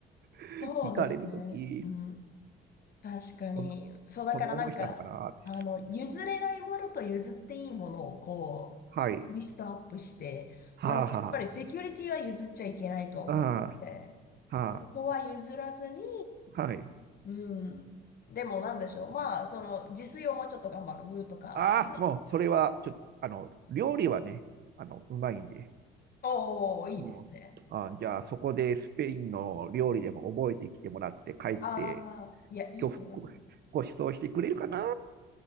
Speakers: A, on the right (about 55°); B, on the left (about 50°).
A: <laughs>
B: そうですね。
A: 行かれるとき、
B: うん。確かに。
A: こんな、
B: そう、だからなんか、
A: こんな思いしたのかなって。
B: あの、譲れないものと譲っていいものをこう、
A: はい。
B: リストアップして、
A: はあ、
B: なんで、
A: は
B: やっぱりセキュリティは譲っちゃいけないと思って、
A: あ、ああ、は
B: ここは譲らずに、
A: あ、はい。
B: うん。でもなんでしょう。まあ、その、自炊をもうちょっと頑張るとかで、
A: ああ、もう、それは、ちょっと、あの、料理はね、あの、うまいんで。
B: おお、いいですね。
A: うん。あ、じゃあ、そこでスペインの料理でも覚えてきてもらって、帰って、
B: ああ、いや、いいと思います。
A: ご、ごご馳走してくれるかな